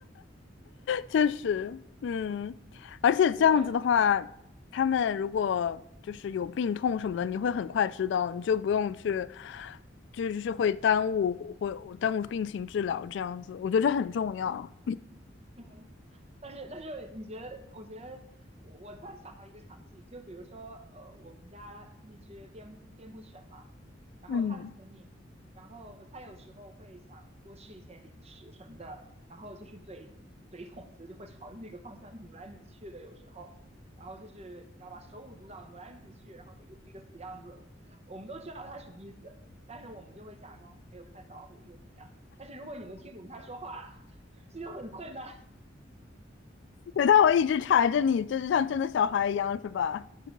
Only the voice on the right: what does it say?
<laughs> 对，
嗯，但是但是，你觉得？我觉得我我突然想到一个场景，就比如说，呃，我们家那只边边牧犬嘛，然后它很聪明，
然后它有时候会想多吃一些零食什么的，然后就是嘴嘴筒子就会朝着那个方向努来努去的，有时候，然后就是你知道吧，手舞足蹈努来努去，然后那个那个死样子，我们都知道它什么意思，但是我们就会假装没有看到，或者说怎么样。但是如果你能听懂它说话，这就很困难。